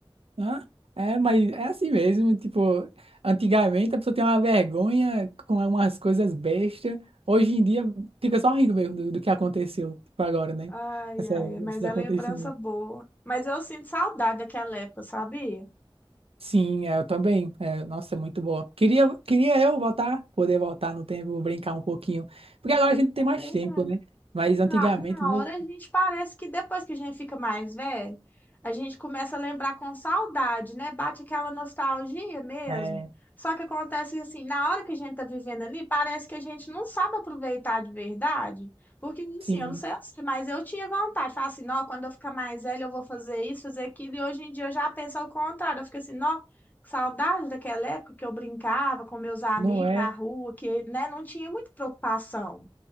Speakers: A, on the right; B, on the left.
A: né? É, mas é assim mesmo. Tipo, antigamente a pessoa tem uma vergonha com umas coisas bestas. Hoje em dia fica só rindo mesmo do, do que aconteceu, tipo, agora, né?
B: Ai,
A: Essa,
B: ai, mas
A: esses acontecimentos.
B: é lembrança boa. Mas eu sinto saudade daquela época, sabia?
A: Sim, é, eu também. É, nossa, é muito boa. Queria, queria eu voltar, poder voltar no tempo, brincar um pouquinho. Porque agora a gente tem
B: É
A: mais
B: verdade.
A: tempo, né? Mas antigamente,
B: Na, na
A: né?
B: hora a gente parece que depois que a gente fica mais velho, a gente começa a lembrar com saudade, né? Bate aquela nostalgia mesmo.
A: É,
B: Só que acontece que, assim, na hora que a gente tá vivendo ali, parece que a gente não sabe aproveitar de verdade. Porque
A: sim,
B: assim, eu não sei, você, mas eu tinha vontade. Falar assim, não, quando eu ficar mais velho eu vou fazer isso, fazer aquilo. E hoje em dia eu já penso ao contrário. Eu fico assim, não, que saudade daquela época que eu brincava com meus amigos
A: não é.
B: na rua, que, né, não tinha muita preocupação.